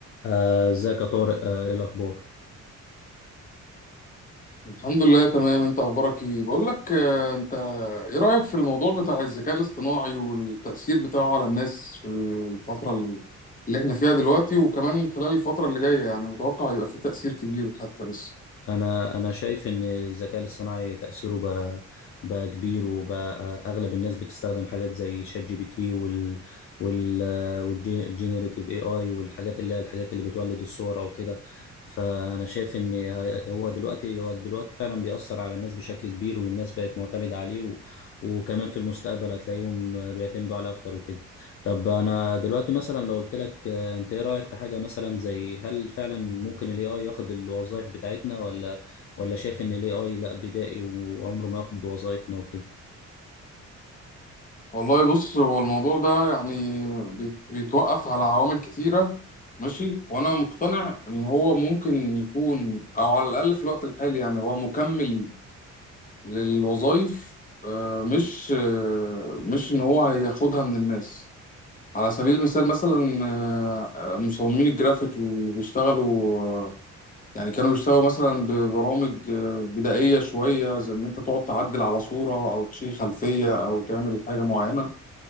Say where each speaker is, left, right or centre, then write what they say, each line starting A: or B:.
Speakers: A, on the left; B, on the left.
A: آه، ازيك يا طارق آه، ايه الاخبار
B: الحمد لله تمام انت اخبارك ايه بقول لك آه، انت ايه رأيك في الموضوع بتاع الذكاء الاصطناعي والتأثير بتاعه على الناس في الفترة اللي احنا فيها دلوقتي وكمان خلال الفترة اللي جاية يعني متوقع يبقى فيه تأثير كبير حتى بس
A: انا انا شايف ان الذكاء الاصطناعي تاثيره بقى بقى كبير وبقى آه، اغلب الناس بتستخدم حاجات زي شات جي بي تي وال آه، وال والجينيريتيف اي اي والحاجات اللي هي الحاجات اللي بتولد الصور او كده فانا شايف ان هي- هو دلوقتي هو دلوقتي فعلا بيأثر على الناس بشكل كبير والناس بقت معتمده عليه و وكمان في المستقبل هتلاقيهم آه، بيعتمدوا عليه اكتر وكده طب انا دلوقتي مثلا لو قلت لك آه، انت ايه رأيك في حاجة مثلا زي هل فعلا ممكن الاي اي ياخد الوظائف بتاعتنا ولا ولا شايف ان الاي اي لا بدائي وعمره ما ياخد وظائفنا وكده
B: والله بص هو الموضوع ده يعني بي- بيتوقف على عوامل كتيرة ماشي وانا مقتنع ان هو ممكن يكون او على الاقل في الوقت الحالي يعني هو مكمل للوظائف آه، مش آه، مش ان هو هياخدها من الناس على سبيل المثال مثلا آه، مصممين الجرافيك اللي بيشتغلوا آه، يعني كانوا بيشتغلوا مثلا ببرامج آه، بدائية شوية زي إن أنت تقعد تعدل على صورة أو تشيل خلفية أو تعمل حاجة معينة